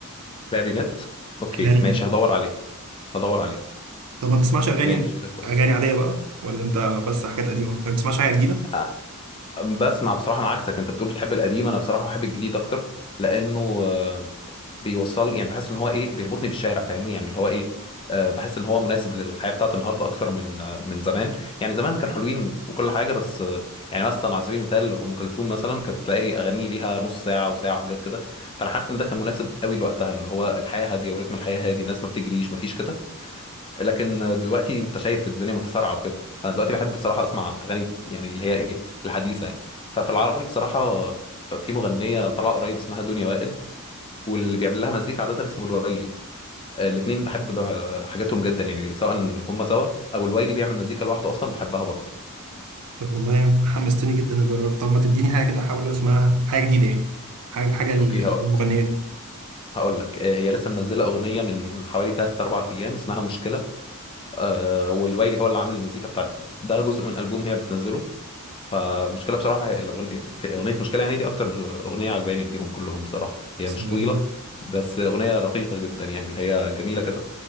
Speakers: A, on the left; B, on the right.
A: كلارينيت اوكي
B: كلارينيت
A: ماشي هدور عليه هدور عليه
B: طب ما بتسمعش اغاني
A: ماشي ده كويس
B: اغاني عاديه بقى ولا انت بس حاجات قديمه ما بتسمعش حاجه جديده
A: آه، بسمع بصراحه انا عكسك انت بتقول بتحب القديم انا بصراحه بحب الجديد اكتر لانه آه، بيوصل يعني بحس ان هو ايه بيربطني بالشارع فاهمني يعني اللي هو ايه آه، بحس ان هو مناسب للحياه بتاعت النهارده اكتر من آه، من زمان يعني زمان كانوا حلوين وكل حاجه بس آه، يعني مثلا على سبيل المثال ام كلثوم مثلا كانت تلاقي اغاني ليها نص ساعه وساعه وحاجات كده فانا حاسس ان ده كان مناسب قوي لوقتها اللي هو الحياه هاديه ورتم الحياه هادي الناس ما بتجريش ما فيش كده لكن آه، دلوقتي انت شايف الدنيا متسارعه وكده فانا دلوقتي بحب بصراحه اسمع الاغاني يعني اللي هي ايه الحديثه يعني ففي العربي بصراحه في مغنيه طالعه قريب اسمها دنيا وائل واللي بيعمل لها مزيكا عادة اسمه الوايلي آه، الاتنين بحب ب- حاجاتهم جدا يعني سواء هم سوا او الوايلي بيعمل مزيكا لوحده اصلا بحبها برضه
B: طب والله حمستني جدا اجرب طب ما تديني حاجه كده احاول اسمعها حاجه جديده يعني حاجه حاجه المغنيه
A: اوكي هقول
B: دي
A: هقول لك آه، هي لسه منزله اغنيه من حوالي 3 4 ايام اسمها مشكله آه، والوايلي هو اللي عامل المزيكا بتاعتها ده جزء من البوم هي بتنزله فمشكله بصراحه هي الأغن- ك- اغنيه مشكله يعني دي اكتر مش- اغنيه عجباني فيهم كلهم بصراحه هي
B: ثواني
A: مش طويله بس اغنيه رقيقه جدا يعني اللي هي جميله كده